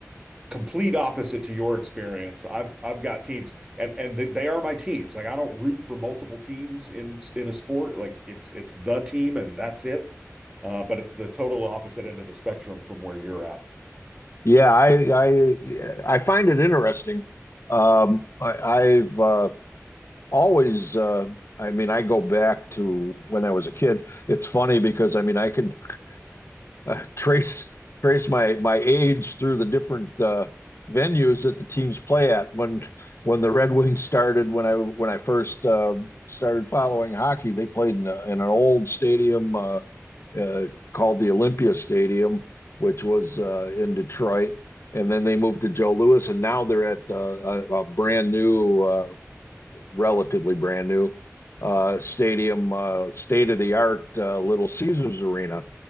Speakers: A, on the right; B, on the left.
A: complete opposite to your experience. I've I've got teams and and th they are my teams. Like I don't root for multiple teams in s- in a sport. Like it's it's the team and that's it. Uh, but it's the total opposite end of the spectrum from where you're at.
B: yeah, I I I find it interesting. Um, I, I've uh, always, uh, I mean, I go back to when I was a kid. It's funny because I mean, I can uh, trace trace my my age through the different uh, venues that the teams play at. When when the Red Wings started, when I when I first uh, started following hockey, they played in, a, in an old stadium uh, uh, called the Olympia Stadium, which was uh, in Detroit. And then they moved to Joe Louis, and now they're at uh, a, a brand new uh, relatively brand new uh, stadium, uh, state of the art uh, Little Caesars Arena.